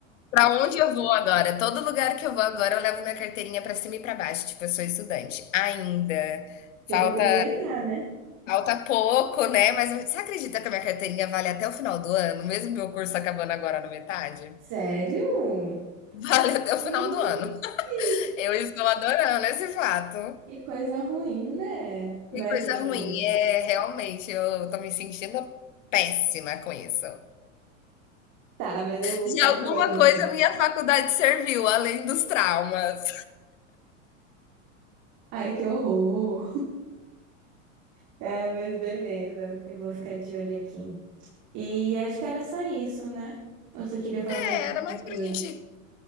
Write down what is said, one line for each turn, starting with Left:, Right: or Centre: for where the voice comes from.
Left: Pra onde eu vou agora? Todo lugar que eu vou agora, eu levo minha carteirinha pra cima e pra baixo. Tipo, eu sou estudante ainda.
Right: Tem
Left: Falta
Right: que aproveitar, né?
Left: falta pouco, né? Mas você acredita que a minha carteirinha vale até o final do ano, mesmo meu curso acabando agora na metade?
Right: Sério?
Left: <laughs> Vale até
Right: Gente,
Left: o final do ano. Eu estou adorando esse fato.
Right: que coisa ruim, né? Mas
Left: Que coisa
Right: beleza.
Left: ruim. É, realmente, eu tô me sentindo péssima com isso.
Right: Tá, mas eu vou
Left: De
Right: ficar
Left: alguma
Right: de olho então.
Left: coisa, minha faculdade serviu, além dos traumas.
Right: Ai, que horror. Tá, mas beleza. Eu vou ficar de olho aqui. E acho que era só isso, né? Ou você queria falar
Left: É,
Right: mais alguma
Left: era mais
Right: coisa?
Left: pra gente